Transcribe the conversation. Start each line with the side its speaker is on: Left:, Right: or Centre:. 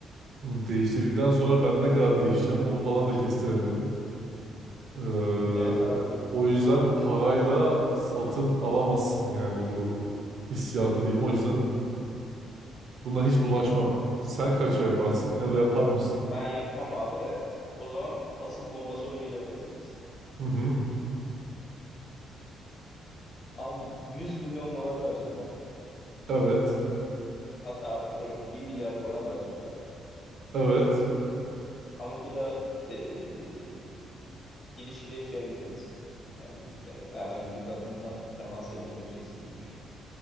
Right: Bunu değiştirdikten sonra ben ne kadar değişeceğim onu falan
Left: Açık.
Right: da kestiremiyorum. Ee, o
Left: Evet abi.
Right: o yüzden parayla satın alamazsın yani bu hissiyatı diyeyim. O yüzden buna hiç bulaşmam. Sen kaça yaparsın ya da yapar mısın?
Left: Ben yapmam abi de o zaman asıl bomba soru geliyor. Hazır mısın?
Right: Hı hı.
Left: Abi 100 milyon dolar verecekler.
Right: Evet.
Left: Hatta artırıyorum 1 milyar dolar verecekler.
Right: Evet.
Left: Ama bir de e, ilişki yaşayamayacaksın. Yani e, herhangi bir kadınla temasa giremeyeceksin gibi düşün.